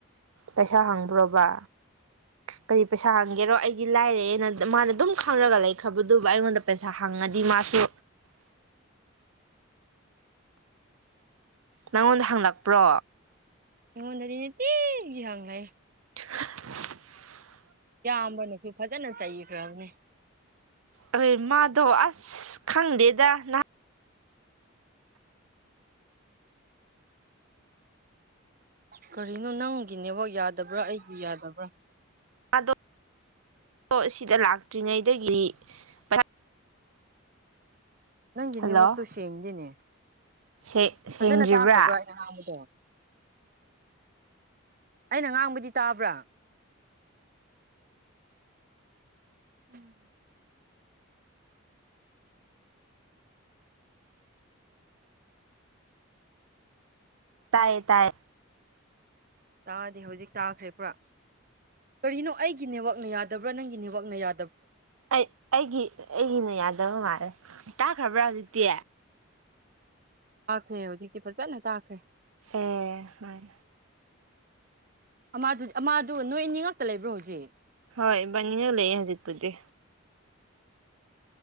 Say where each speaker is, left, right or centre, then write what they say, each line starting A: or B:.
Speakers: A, on the right; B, on the right.
A: ꯄꯩꯁꯥ ꯍꯪꯗ꯭ꯔꯣꯕ ꯀꯔꯤ ꯄꯩꯁꯥ ꯍꯪꯒꯦꯔꯣ ꯑꯩꯒꯤ ꯂꯥꯏꯔꯩꯅ ꯃꯥꯅ ꯑꯗꯨꯝ ꯈꯪꯉꯒ ꯂꯩꯈ꯭ꯔꯕꯗꯨꯕꯣ ꯑꯩꯉꯣꯟꯗ ꯄꯩꯁꯥ ꯍꯪꯉꯗꯤ ꯃꯥꯁꯨ ꯅꯪꯉꯣꯟꯗ ꯍꯪꯂꯛꯄ꯭ꯔꯣ
B: ꯑꯩꯉꯣꯟꯗꯗꯤ ꯅꯤꯇꯤꯒꯤ ꯍꯪꯂꯛꯏ
A: ꯂꯧꯁꯤꯟꯕ ꯉꯝꯗꯕ
B: ꯏꯌꯥꯝꯕꯥꯅꯁꯨ ꯐꯖꯅ ꯆꯩꯈ꯭ꯔꯕꯅꯤ
A: ꯍꯣꯏ ꯃꯥꯗꯣ ꯑꯁ ꯈꯪꯗꯦꯗ ꯅꯍꯥ-
B: ꯀꯔꯤꯅꯣ ꯅꯪꯒꯤ ꯅꯦꯋꯥꯛ- ꯌꯥꯗꯕ꯭ꯔꯥ ꯑꯩꯒꯤ ꯌꯥꯗꯕ꯭ꯔꯥ
A: ꯃꯥꯗꯣ ꯗꯣ ꯑꯁꯤꯗ ꯂꯥꯛꯇ꯭ꯔꯤꯉꯩꯗꯒꯤꯗꯤ ꯄꯩꯁꯥ
B: ꯅꯪꯒꯤ ꯅꯦꯠꯋꯥꯔꯛ
A: ꯍꯜꯂꯣ
B: ꯇꯨ ꯁꯦꯡꯗꯦꯅꯦ
A: ꯁꯦꯡꯗ꯭ꯔꯤꯕ꯭ꯔꯥ
B: ꯐꯖꯅ ꯇꯥꯛꯈ꯭ꯔꯕ꯭ꯔꯣ ꯑꯩꯅ ꯉꯥꯡꯕꯗꯣ ꯑꯩꯅ ꯉꯥꯡꯕꯗꯤ ꯇꯥꯕ꯭ꯔꯥ ꯎꯝ
A: ꯇꯥꯏꯌꯦ ꯇꯥꯏꯌꯦ
B: ꯇꯥꯗꯦ ꯍꯧꯖꯤꯛ ꯇꯥꯈ꯭ꯔꯦ ꯄꯨꯔꯥ ꯀꯔꯤꯅꯣ ꯑꯩꯒꯤ ꯅꯦꯠꯋꯥꯛꯅ ꯌꯥꯗꯕ꯭ꯔꯥ ꯅꯪꯒꯤ ꯅꯦꯠꯋꯥꯛꯅ ꯌꯥ
A: ꯑꯩ ꯑꯩꯒꯤ ꯑꯩꯒꯤꯅ ꯌꯥ ꯗꯕ ꯃꯥꯜꯂꯦ ꯇꯥꯈ꯭ꯔꯕ꯭ꯔꯥ ꯍꯧꯖꯤꯇꯦ
B: ꯇꯥꯈ꯭ꯔꯦ ꯍꯧꯖꯤꯛꯇꯤ ꯐꯖꯅ ꯇꯥꯈ꯭ꯔꯦ
A: ꯑꯦꯍ ꯍꯥꯏ
B: ꯑꯃꯥꯗꯨꯗ ꯑꯃꯥꯗꯨ ꯅꯣꯏꯑꯅꯤꯉꯥꯛꯇ ꯂꯩꯕ꯭ꯔꯣ ꯍꯧꯖꯤꯛ
A: ꯍꯣꯏ ꯕꯅꯤꯅ ꯂꯩꯑꯦ ꯍꯧꯖꯤꯛꯄꯨꯗꯤ